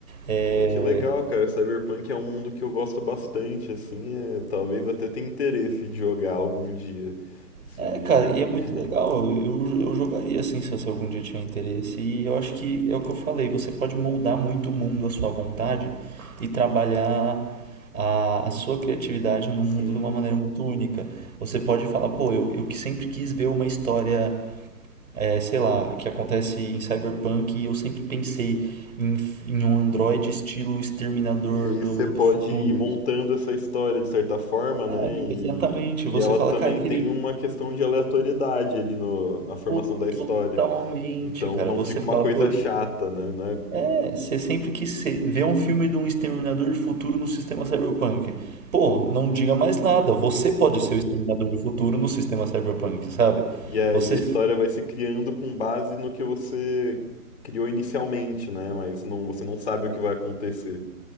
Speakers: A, on the right; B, on the left.
A: é,
B: Pô, que legal, cara. Cyberpunk é um mundo que eu gosto bastante, assim, é, talvez até tenha interesse de jogar algum dia. Se
A: É, cara, e é muito
B: <laughs>
A: legal. Eu, eu jogaria assim se você algum dia tiver interesse. E eu acho que é o que eu falei, você pode moldar muito o mundo à sua vontade e trabalhar a, a sua criatividade no
B: sim,
A: mundo de uma maneira muito única. Você pode falar, pô, eu, eu que sempre quis ver uma história, é, sei lá, que acontece em Cyberpunk e eu sempre pensei em, em um androide estilo Exterminador
B: e aí
A: do,
B: você pode
A: do futuro.
B: ir montando essa história de certa forma,
A: É,
B: né? E,
A: exatamente.
B: e
A: Você
B: ela
A: fala,
B: também
A: cara, eu queria.
B: tem uma questão de aleatoriedade ali no, na formação
A: Pô,
B: da história.
A: Totalmente,
B: Então
A: cara.
B: não
A: Você
B: fica
A: fala,
B: uma coisa
A: pô,
B: chata, né? Não é-
A: é, você sempre que cê vê um filme de um exterminador do futuro no sistema cyberpunk. Pô, não diga mais nada. Você pode ser o exterminador do futuro no sistema cyberpunk, sabe?
B: E aí
A: Você
B: a história vai se criando com base no que você criou inicialmente, né? Mas não, você não sabe o que vai acontecer.